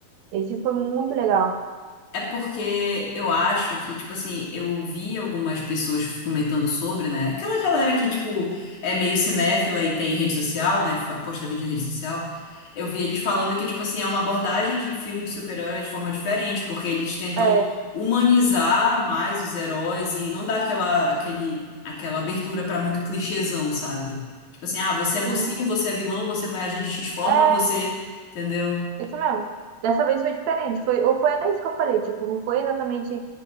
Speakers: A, on the right; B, on the left.
A: Esse foi muito legal.
B: É porque eu acho que, tipo assim, eu ouvi algumas pessoas comentando sobre, né? Aquela galera que, tipo, é meio cinéfila e tem rede social, né? Fa- Posta vídeo em rede social. Eu vi eles falando que, tipo assim, é uma abordagem de filme de super-herói de forma diferente, porque eles tentam
A: É,
B: humanizar mais os heróis e não dar aquela, aquele, aquela abertura pra muito clichêzão, sabe? Tipo assim, ah, você é
A: sim.
B: mocinho, você é vilão, você vai agir de X forma,
A: É,
B: você. Entendeu?
A: Isso mesmo. Dessa vez foi diferente. Foi, ou foi até isso que eu falei, tipo, não foi exatamente